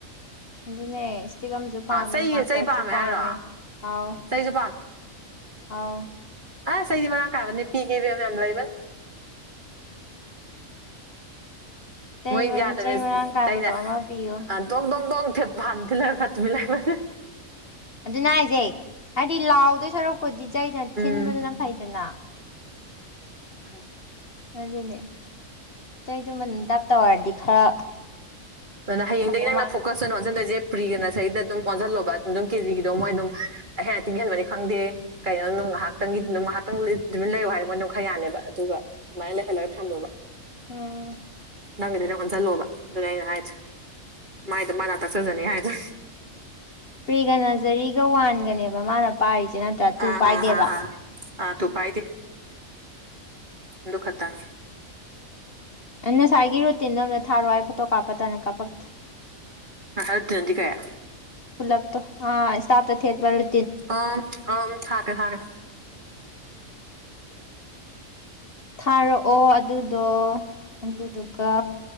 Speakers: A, on the left (about 45°); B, on the right (about 35°).
A: ꯑꯗꯨꯅꯦ ꯏꯁꯇꯤꯒꯝꯁꯨ ꯄꯥꯝꯃꯦ
B: ꯆꯩ
A: ꯃꯥꯀꯥꯔꯠꯁꯨ
B: ꯆꯩ
A: ꯄꯥꯝꯃꯦ
B: ꯍꯥꯏꯔꯣ
A: ꯑꯥꯎ
B: ꯆꯩꯁꯨ
A: ꯑꯥꯎ
B: ꯑ ꯁꯗꯤ ꯃꯅꯥ ꯀꯥꯕꯅꯤ ꯄꯤ ꯀꯦ ꯂꯩꯕ
A: ꯆꯩ
B: ꯃꯣꯏ ꯌꯥꯗꯕꯅꯤꯅ
A: ꯆꯩ ꯃꯔꯥꯡ ꯀꯥꯏꯕꯗꯣ ꯑꯃ ꯄꯤꯌꯨ
B: ꯗꯣꯡ ꯗꯣꯡ ꯗ ꯥꯟꯅꯤꯤ ꯀꯆꯃꯤ ꯂꯅꯤ
A: ꯑꯗꯨꯅ ꯍꯥꯏꯁꯦ ꯍꯥꯏꯗꯤ ꯂꯥꯎꯗꯣꯏ ꯁꯔꯨꯛ ꯄꯣꯗꯤ ꯆꯩꯩꯅ
B: ꯎꯝ
A: ꯊꯤꯟꯕꯗꯅ ꯐꯩꯗꯅ
B: ꯐꯣꯏ
A: ꯑꯗꯨꯅꯦ ꯆꯩꯗꯨ ꯃꯟ ꯇꯞ ꯇ ꯑꯣꯏꯔꯗꯤ ꯈꯔ
B: ꯑꯗꯨꯅ ꯍꯌꯦꯡꯗꯒꯤ
A: ꯐꯗꯧ
B: ꯅꯪꯅ
A: ꯃꯥꯜꯂꯦ
B: ꯐꯣꯀꯁ ꯑꯣꯏꯅ ꯑꯣꯟꯁꯤꯟꯗꯣꯏꯁꯦ ꯄ꯭ꯔꯤꯒꯅꯁꯗ ꯑꯗꯨꯝ ꯑꯣꯟꯁꯤꯜꯂꯣꯕ ꯑꯗꯨꯝꯦꯖꯤꯒꯤꯗꯣ ꯃꯣꯏ ꯑꯗꯨꯝ ꯑꯩ ꯍꯦꯟꯅ ꯇꯤꯡꯍꯟꯕꯅꯤ ꯈꯪꯗꯦ ꯀꯩꯅꯣ ꯅꯝ ꯉꯥꯏꯍꯥꯛꯇꯪꯒꯤ ꯑꯗꯨꯝ ꯉꯥꯏꯍꯥꯛꯇꯪ ꯑꯗꯨ ꯂꯩꯌꯨ ꯍꯥꯏꯔ ꯃꯣꯏ ꯑꯗꯨꯅꯨꯡ ꯈꯔ ꯌꯥꯅꯤꯕ ꯑꯗꯨꯒ ꯑꯗꯨꯃꯥꯏꯅ ꯂꯩꯍꯜꯂꯒ ꯊꯝꯃꯣꯕ
A: ꯎꯝ
B: ꯅꯪꯒꯤꯗ ꯅꯪ ꯑꯣꯟꯁꯤꯜꯂꯣꯕ ꯑꯗꯨꯅ ꯑꯩꯅ ꯍꯥꯏꯗꯦ ꯃꯥꯏꯗ ꯃꯥꯅ ꯇꯥꯛꯆꯖꯅꯤ ꯍꯥꯏꯗꯔꯦ
A: ꯄ꯭ꯔꯤꯒ ꯅꯖꯔꯤꯒ ꯋꯥꯟꯒꯅꯦꯕ ꯃꯥꯅ ꯄꯥꯏꯔꯤꯁꯦ ꯅꯠꯇ꯭ꯔꯥ ꯇꯨ
B: ꯑꯥ
A: ꯄꯥꯏꯗꯦꯕ
B: ꯑꯥ ꯑꯥ ꯑꯥ ꯑ ꯇꯨꯄ ꯍꯥꯏꯗꯦ ꯗꯨ ꯈꯇꯥꯦ
A: ꯉꯁꯥꯏꯒꯤ ꯔꯨꯇꯤꯟꯗꯣ ꯑꯝꯗ ꯊꯥꯔꯣ ꯍꯥꯏ ꯐꯣꯇꯣ ꯀꯥꯞꯄꯇꯅ ꯀꯥꯞꯄꯛꯇꯦ
B: ꯍ ꯇ ꯅꯗꯤ ꯀꯌꯥ
A: ꯐꯂꯞꯇꯣ ꯏꯁꯞꯇ ꯊꯄꯔ
B: ꯑ ꯑ ꯊꯒꯦ ꯊꯥꯔꯦ
A: ꯊꯥꯔꯛꯑꯣ ꯑꯗꯨꯗꯣ ꯑꯗꯨꯗꯨꯒ